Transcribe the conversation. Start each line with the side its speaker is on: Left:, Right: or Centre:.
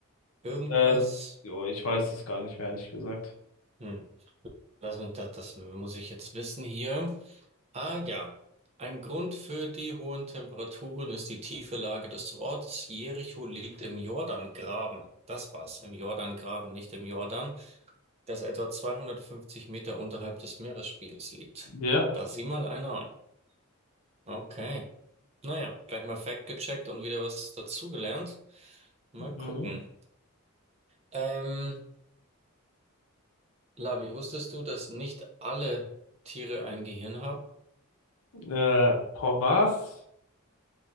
Right: irgendwas.
Left: Äh, jo, ich weiß es gar nicht mehr, ehrlich gesagt.
Right: Hm, lass mich das, das muss ich jetzt wissen hier. Ah ja, ein Grund für die hohen Temperaturen ist die tiefe Lage des Ortes. Jericho liegt im Jordangraben. Das war's, im Jordangraben, nicht im Jordan, das etwa 250 Meter unterhalb des Meeresspiegels liegt.
Left: Ja.
Right: Da sieh mal einer an. Okay. Naja, gleich mal Fact gecheckt und wieder was dazugelernt. Mal
Left: Mhm.
Right: gucken. Ähm, Labi, wusstest du, dass nicht alle Tiere ein Gehirn haben?
Left: Äh, boah, was?